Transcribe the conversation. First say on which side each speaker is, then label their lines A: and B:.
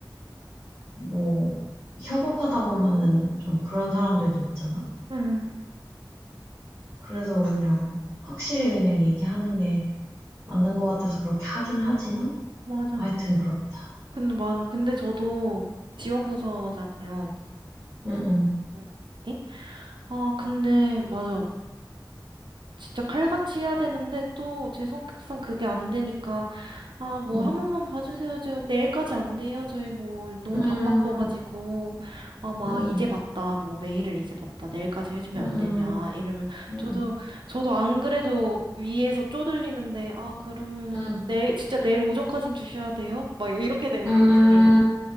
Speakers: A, on the right (about 30°); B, on the right (about 75°).
A: 뭐 협업하다 보면은 좀 그런 사람들도 있잖아.
B: 응,
A: 그래서 그냥 확실히 그냥 얘기하는 게 맞는 것 같아서 그렇게 하긴 하지만
B: 맞아.
A: 뭐 하여튼 그렇다.
B: 근데 맞아. 근데 저도 지원부서잖아요.
A: 응응.
B: 응. 에? 아, 근데 맞아. 진짜 칼같이 해야 되는데 또 제 성격상 그게 안 되니까 아 뭐
A: 응.
B: 한 번만 봐주세요 저 내일까지 안 돼요 저희 뭐 너무 바빴어가지고
A: 응. 음,
B: 아 막
A: 응,
B: 이제 봤다 뭐 메일을 이제 봤다 내일까지 해주면
A: 응,
B: 안 되냐 이러면
A: 응,
B: 저도 저도 안 그래도 위에서 쪼들리는데 아 그러면은
A: 응,
B: 내일 진짜 내일 오전까진 주셔야 돼요 막 이렇게 되니까
A: 응,
B: 저